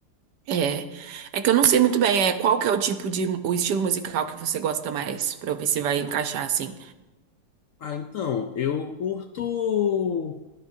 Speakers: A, on the right (about 75°); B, on the left (about 70°).
A: É, é que eu não sei muito bem, é qual que é o tipo de o estilo musical que você gosta mais, pra eu ver se vai encaixar assim.
B: Ah, então, eu curto.